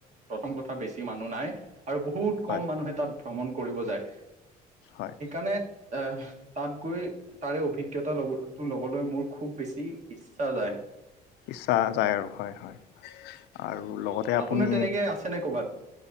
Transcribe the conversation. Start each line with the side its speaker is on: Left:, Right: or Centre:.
Right: প্ৰথম কথা বেছি মানুহ নাই আৰু বহুত কম
Left: হয়
Right: মানুহে তাত ভ্ৰমণ কৰিব যায় সেইকাৰণে
Left: হয়
Right: এ তাত গৈ তাৰে অভিজ্ঞতা লবো লবলৈ মোৰ খুব বেছি ইচ্ছা যায়
Left: ইচ্ছা যায় আৰু হয় হয় আৰু লগতে
Right: আপোনাৰ
Left: আপুনি
Right: তেনেকে আছেনে ক'বাত